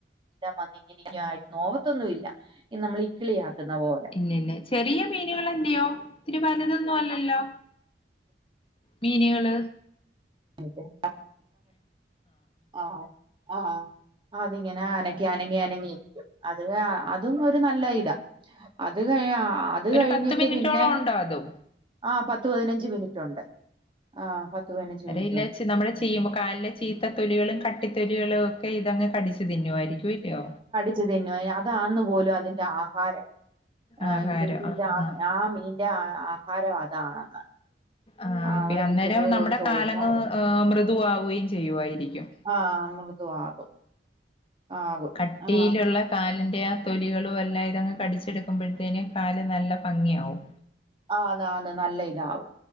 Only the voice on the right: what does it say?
ല്ലം വന്നിങ്ങനക്കായി നോവത്തൊന്നു ഇല്ല ഇ നമ്മ ളിക്കിളിയാക്കുന്ന ഓ
<unintelligible> ആഹ് ആഹ് അതിങ്ങനെ അനക്കെ അനങ്ങി അനങ്ങി അത് അതുംന്ന ഒരു നല്ല ഇതാ അത് കഴി അത്
കഴിഞ്ഞിട്ട്
പിന്നെ
ആഹ് പത്ത് പതിനഞ്ച് മിനിറ്റുണ്ട് ആ പത്ത് പതിനഞ്ച് മിനി
ച്ച് തിന്നുഎ അതാന്ന് പോലും അതിന്റെ ആഹാരം ഏ
ഇത് ഇതിതാന്
ആ മീൻ ന്റെ ആ ആഹാരം അതാണെന്ന്
ആ
അവിടെ
നിൽക്കുന്നവരോട്
ചോദിച്ചായിരുന്നു
ആഹ് മൃദുവാകും ആകും
ആ
ആനാന് നല്ല ഇതാവും